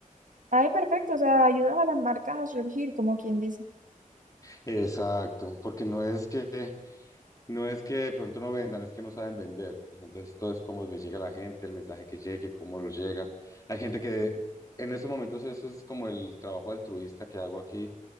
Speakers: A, on the right; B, on the left.
A: ay, perfecto, o sea, ayudas a las marcas a surgir, como quien dice.
B: Exacto, porque no es que, no es que de pronto no vendan, es que no saben vender. Entonces todo es cómo les llega a la gente, el mensaje que llegue, cómo lo llega. Hay gente que en estos momentos eso es como el trabajo altruista que hago aquí